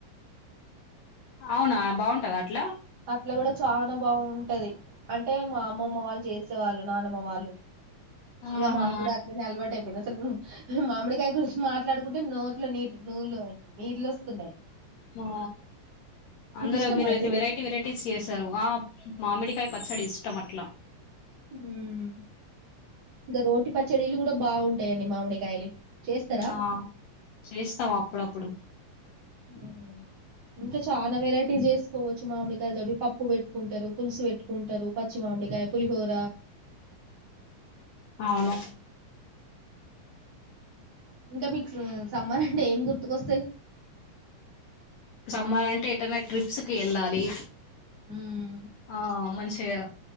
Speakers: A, on the left (about 80°); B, on the right (about 65°).
A: అవునా బాగుంటదా అట్లా
B: అట్లా కూడా చానా బాగుంటది అంటే మా అమ్మమ్మ వాళ్ళు చేసేవాళ్ళు నానమ్మ వాళ్ళు ఇక
A: ఆహా
B: మా కూడా అట్లనే అలవాటు అయిపోయింద అసలు మామిడికాయ గురించి మాట్లాడుకుంటే నోట్లో నీరు నూలు నీళ్లు వస్తున్నాయి
A: ఆ అందరు
B: మీకు ఇష్టమా
A: మీరయితే
B: అండి
A: వెరైటీ టి వెరైటీస్ చేసారు ఆ మామిడికాయ పచ్చడి ఇష్టం అట్లా
B: ఉమ్ ఇంగ రోటీ పచ్చడీలు కూడా బాగుంటాయండి మామిడికాయలు చేస్తారా
A: ఆ చేస్తాం అప్పుడప్పు ప్పుడు
B: ఉహూ ఇంకా చానా వెరైటీస్ చేసు కోవచ్చు మామిడికాయల తోటి పప్పు పెట్టుకుంటారు పులుసు పెట్టుకుంటారు పచ్చి మామిడి కాయ్ పులి హోరా
A: అవును
B: ఇంకా మీకు సమ్మర్ అంటే ఏం గుర్తుకొస్తాయి
A: సమ్మర్ అంటే ఎటైనా ట్రిప్స్ కి వెళ్ళాలి
B: మ్మ్.
A: ఆ మంచిగా